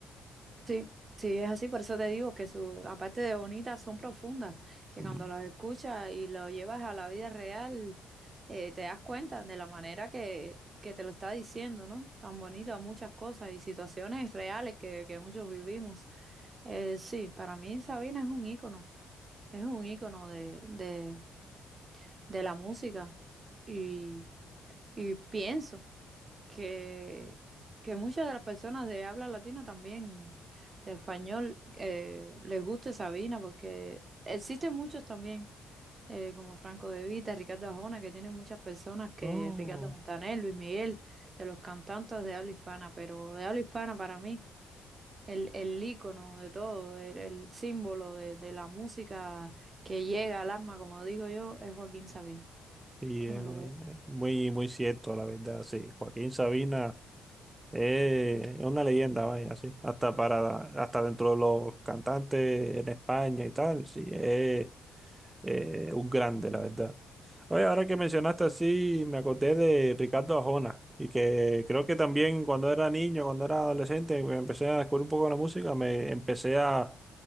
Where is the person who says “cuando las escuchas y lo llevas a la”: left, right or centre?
Right